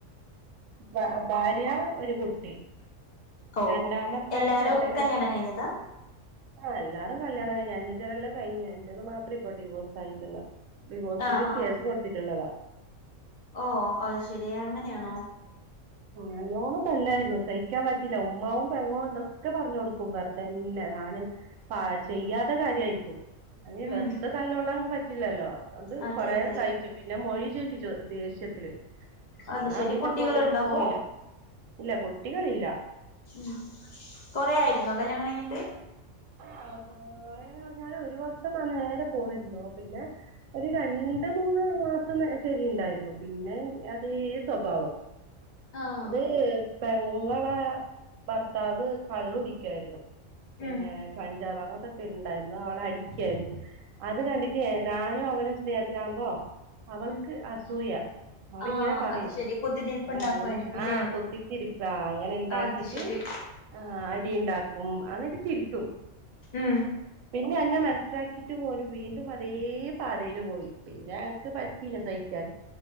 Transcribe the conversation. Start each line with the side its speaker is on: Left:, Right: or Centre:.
Right: വാ ഭാര്യ ഒരു കുട്ടി
Left: ഓ
Right: രണ്ടാമത്തെ
Left: എല്ലാരും
Right: ചേട്ടന്
Left: കല്യാണം കഴിഞ്ഞതാ
Right: ആ ല്ലാരും കല്യാണം കഴിഞ ന്റെ തല്ലാം കഴിഞ്ഞ ന്റേത് മാത്രം ഇപ്പൊ ഡിവോഴ്സ് ആയിട്ടുള്ള ഡിവോഴ്സിന്
Left: ആഹ് ആഹ്
Right: കേസ് കൊടുത്തിട്ടുള്ളതാ
Left: ഓ അത് ശെരി അങ്ങനെയാണോ
Right: നല്ലോണം തല്ലായിരുന്നു സഹിക്കാൻ പറ്റില്ല ഉമ്മവും പെങ്ങവും എന്തൊക്കെ പറഞ്ഞഞ് കൊടുക്കും വെറുതന്നെ ഞാന് പ ചെയ്യാത്ത കാര്യയിരിക്കും അയിൻ
Left: ഉം
Right: വെറ്തെ തല്ലൊള്ളാ പറ്റില്ലല്ലോ അതോണ്ട്
Left: അതെ
Right: കൊറെേ
Left: അതെ
Right: സഹിച്ചു പിന്നെ മൊഴി ചൊല്ലിച്ചു ച്ചു ദേഷ്യത്തില്
Left: അത്
Right: ഞാ
Left: ശരി
Right: പിന്നെ
Left: കുട്ടികളുണ്ടോ
Right: പോയി പോയില്ല
Left: അപ്പൊ
Right: ഇല്ല കുട്ടികളില്ല
Left: ഉം കൊറ ആയിന്നോ കല്യാണം കഴിഞ്ഞിട്ട്
Right: ആ കൊറേന്ന് പറഞ്ഞാല് ഒരു വഷം താനേ നേരെ പോയിരുന്നു പിന്നെ ഒരു രണ്ട് മൂ മൂന്ന് മാസം ശരി ഉണ്ടായിരുന്നു പിന്നെ അതേ സ്വഭാവം
Left: ആഹ്
Right: അത് പെങ്ങളെ ഭർത്താവ് കള്ളു ടിക്കായിരുന്നു
Left: ഉം
Right: ഏ ക ഞ്ചാവാ അതൊക്കെ ണ്ടായിരുന്നു അവളെ അടിക്കായ്രുന്നു അത് കണ്ടിട്ട് ഞാനും അവനും സ്നേഹത്തിലാവകുമ്പോ അവൾക്ക്
Left: ഉം
Right: അസൂയ ഓളിങ്ങനെ
Left: ആഹ്
Right: പറയുംഓൾ
Left: അത് ശരി കുത്തിത്തിരിപ്പ് ഉണ്ടാക്കുവായിരിക്കുംല്ലേ
Right: അങ്ങനെ ആ കു ത്തിത്തിരിപ്പ അങ്ങനെ ണ്ടാക്കീട്ട്
Left: അത് ശരി
Right: ആ അടി ഇണ്ടാക്കും അങ്ങ്ട്ട് ചിരിക്കും
Left: മ്‌മ്
Right: പിന്നെ അന്നെ മനസ്സിലാക്കിട്ട് പോലും വീണ്ടും അതേ പാതേൽ പോയി പിന്നെ അനക്ക് പറ്റില്ല സഹിക്കാൻ